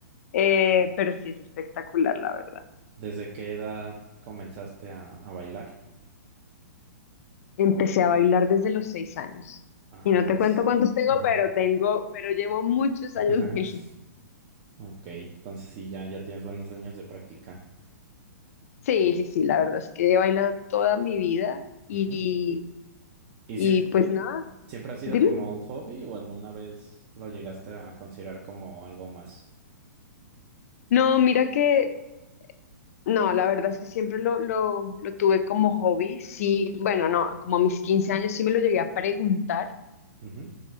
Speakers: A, on the left; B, on the right.
A: Eh, pero sí es espectacular, la verdad.
B: ¿Desde qué edad comenzaste a, a bailar?
A: Empecé a bailar desde los seis años,
B: Ah,
A: y
B: entonces.
A: no te cuento cuántos tengo,
B: Ajá.
A: pero tengo, pero llevo muchos
B: <laughs>
A: años <laughs>
B: Ok, entonces sí, ya, ya tienes buenos años de práctica.
A: Sí, sí, sí, la verdad es que he bailado toda mi vida y,
B: Ujú. ¿Y
A: y
B: sie-
A: pues nada,
B: siempre ha sido
A: dime.
B: como un hobby o alguna vez lo llegaste a considerar como algo más?
A: No, mira que, no, la verdad es que siempre lo, lo, lo tuve como hobby, sí, bueno, no, como a mis 15 años sí me lo llegué a preguntar,
B: Ujú.